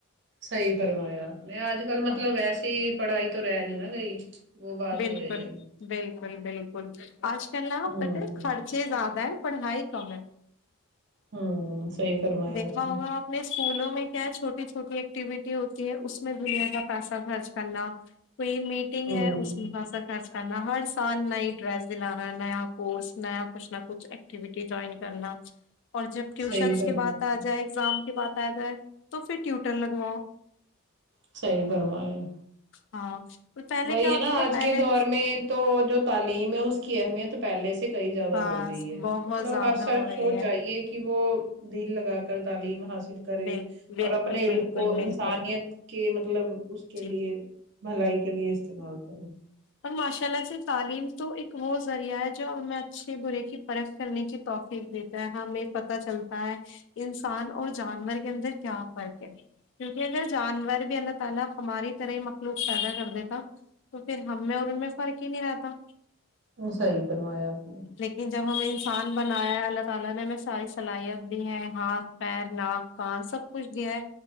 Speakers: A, on the right; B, on the left.
A: صحیح فرمایا نے آج کل مطلب
B: ہاں
A: ویسے پڑھائی تو رہے نہیں نا گئی وہ بات
B: بالکل
A: نہیں رہی ابھی
B: بالکل بالکل آج کل نہ
A: ہوں
B: پتہ ہے چھے زیادہ ہے پڑھائی کم ہے
A: ہوں صحیح فرمایا
B: دیکھا
A: آپ نے
B: ہوگا اپنے اسکولوں میں کیا چھوٹی چھوٹی ایکٹیویٹی ہوتی ہے اس میں دنیا کا پیسہ خرچ کرنا کوئی میٹنگ
A: ہوں
B: ہے اس مقصد خرچ کرنا ہر سال نئی ڈرس دلانہ نیا کورس نیا کچھ نہ کچھ اکٹیوٹی جوائن کرنا اور جب ٹیوشنس
A: صحیح فرمایا
B: کے بات
A: آپ
B: آ
A: نے،
B: جائے ایکزام کے بات آ جائے تو پھر ٹیوٹر لگواؤ
A: صحیح فرمایا
B: ہاں پہلے
A: وہی
B: کیا
A: ہے
B: ہوتا
A: نا
B: تھا
A: آج
B: پہلے
A: کے دور میں تو جو تعلیم ہے اس کی اہمیت پہلے سے کئی زیادہ
B: بس
A: بڑھ گئی ہے
B: بہت
A: مطلب
B: زیادہ
A: ہر شخص
B: ہو گئی
A: شو
B: ہے
A: چاہئیے کہ وہ دل لگا کر تعلیم حاصل حل کرے
B: بالکل بالکل
A: اور اپنے
B: بالکل
A: علم کو
B: بالکل
A: انسانیت کے مطلب اس کے
B: جی
A: لیے بھلائی کے لیے استعمال کرے
B: اور ماشاء اللہ سے تعلیم تو ایک وہ ذریعہ ہے جوہمیں اچھے برے کی پرک کرنے کی توقیق دیتی ہمیں پتا چلتا ہے انسان اور جانور کے اندر کیا فرق ہے کیونکہ اگر جانور بھی اللہ تعالی ہماری طرح ہی مخلوق پیدا کر دیتا تو پھر ہم میں اور ان میں فرق ہی نہیں رہتا
A: صحیح فر مایا آپ نے
B: لیکن جب ہمیں انسان بنایا ہے اللہ تعالی نے ہمیں ساری صلاحیت دی ہے ہاتھ پیر ناک کان سب کچھ دیا ہے